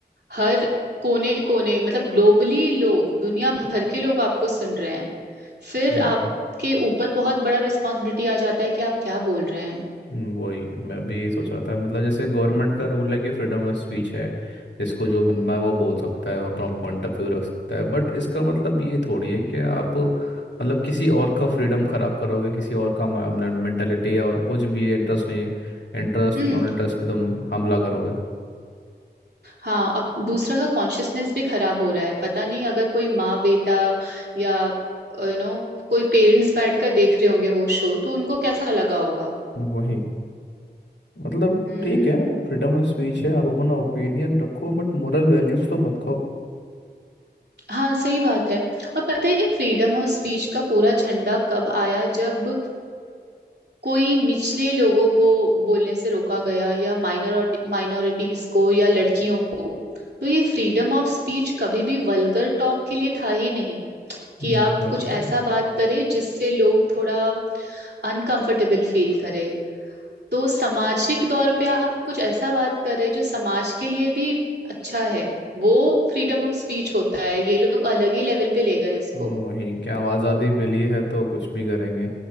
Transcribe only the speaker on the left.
हम्म
हम्म, वही मैं भी सोच रहा था मतलब जैसे गवर्नमेंट का रूल है कि फ्रीडम ऑफ स्पीच है जिसको जो मन में है वो बोल सकता है वो अपना पॉइंट ऑफ व्यू रख सकता है बट इसका मतलब ये थोड़ी है कि आप मतलब किसी और का फ्रीडम खराब करोगे किसी और का मेंटेलिटी या कुछ भी इंटरेस्ट नहीं है इंटरेस्ट
नॉन इंटरेस्ट पे तुम हमला करोगे
वही मतलब
ठीक है फ्रीडम ऑफ स्पीच है आप अपना ओपिनियन रखो बट मोरल वैल्यूज तो मत खो
एग्जैक्टली
वही क्या आज़ादी मिली है तो कुछ भी करेंगे